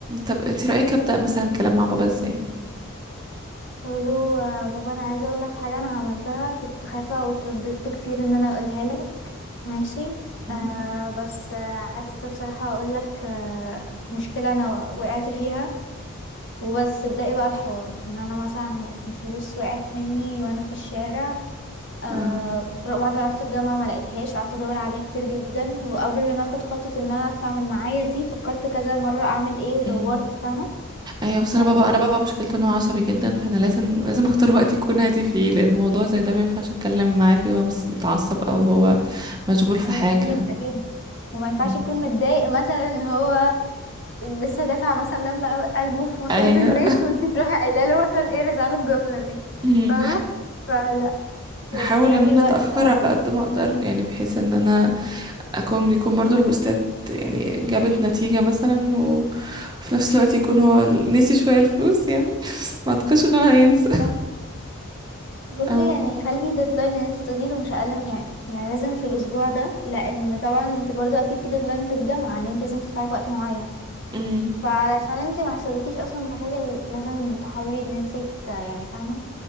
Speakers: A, on the right; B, on the left.
A: طب انت رأيك أبدأ مثلا كلام مع بابا ازاي
B: الو آه، بابا انا عايزه اقول لك حاجه انا عملتها كنت خايفه وترددت كتير ان انا اقولها لك ماشي
A: مم.
B: آه بس آه عايزه بصراحه اقول لك آه مشكله انا وقعت فيها وبس ابدأي بقى الحوار ان انا مثلا الفلوس وقعت مني وانا في الشارع آه
A: اه
B: بعد ما رحت الجامعه ما لقيتهاش قعدت ادور عليها كتير جدا وقبل ما اخد خطوه ان انا ادفع من معايا دي فكرت كذا مره اعمل ايه ودورت
A: مم.
B: فاهمه
A: ايوه بس
B: يعني
A: انا بابا انا بابا مشكلته ان هو عصبي جدا فانا لازم لازم اختار وقت يكون هادي فيه لان موضوع زي ده ما ينفعش اتكلم معاه فيه وهو مس- متعصب او هو مشغول في
B: أيوة،
A: حاجة
B: أكيد أكيد وما ينفعش
A: مم.
B: يكون متضايق مثلا ان هو لسه دافع مثلا دم قلبه في مصاريف
A: ايوه
B: البيت وانت تروحي قايله له مثلا ايه رزعله الجمله دي
A: <laughs> مم.
B: فاهمه فلا يعني
A: هحاول
B: نقي
A: ان انا
B: الوقت
A: اتاخر
B: طبعا
A: على قد ما اقدر يعني بحيث ان انا اكون يكون برضو البوستات يعني جابت نتيجة مثلا و- وفي نفس الوقت يكون هو ال- نسي شوية الفلوس يعني <laughs> بس ما اعتقدش ان هو هينسى
B: بالظبط. بصي
A: أو...
B: يعني خلي ديدلاين ان انت تقولي له مش اقل يعني يعني لازم في الاسبوع ده لان طبعا انت برضو اكيد في ديدلاين في الجامعه ان انت لازم تدفعي في وقت معين
A: أمم،
B: فعلشان انت ما يحصلكيش اصلا مشاكل لازم تحاولي ان انت ت- يعني فاهمه